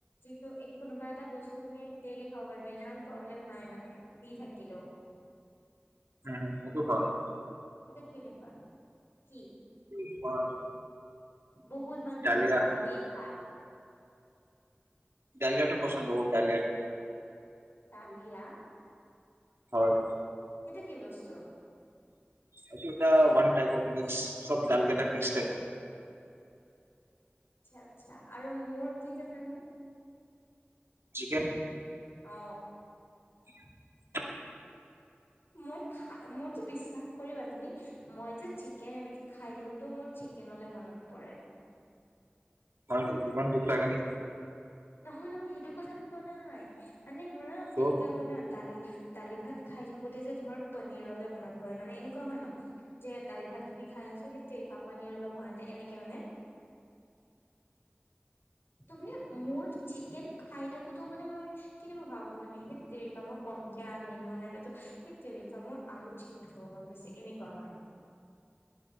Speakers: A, on the left; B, on the right.
A: ত' কোনোবা এটা বস্তু তুমি ডেইলি খাব পাৰিবা ইমান প্ৰব্লেম নাই মানে দি থাকিলেও
B: নাই সেইটো কৰ
A: এইটো কেনেকুৱা কি
B: তোমাৰ
A: বহুত মানুহৰ
B: ডালিয়া
A: দালি ভাত
B: ডালিয়াটো পচন্দ কৰো ডালিয়াটো
A: ডালিয়া
B: হয়
A: সেইটো কি বস্তু
B: এইটো এটা ওৱানটাইপ অ মিক্স চব ডালকেইটা মিক্স থাকে
A: আচ্ছা আচ্ছা আৰু মোৰ কি জানা নে
B: চিকেন
A: অ
B: <unintelligible>
A: মই খা মোৰ তো বিশ্বাস কৰিবা তুমি মই যে চিকেন এনেকে খাই থাকোতেও মোৰ চিকেনলে মনত পৰে
B: হয় নেকি ইমান দুখ লাগে নেকি
A: নহয় নহয় সেইটো কথা কোৱা নাই মানে ধৰা
B: ত'
A: এনেকা হয় ন দালি দালি ভাত খাই থাকোতে যে তোমাৰ পনীৰলে মনত পৰে মানে এনেকুৱা হয় ন যে দালি ভাত খিনি খাই আছো সেইট তেৰিকা পনীৰ অলপ হোৱা হ'লে এনেকে মানে তুমি মানে মোৰ চিকেন খাই থাকোতো মানে মোৰ কিন্তু মই ভাবো মানে সেই তেৰিকা মই কমকে আনিলো নাইবাতো সেইতেৰিকা মোৰ আৰু চিকেন খাব মন গৈছে এনেকুৱা মই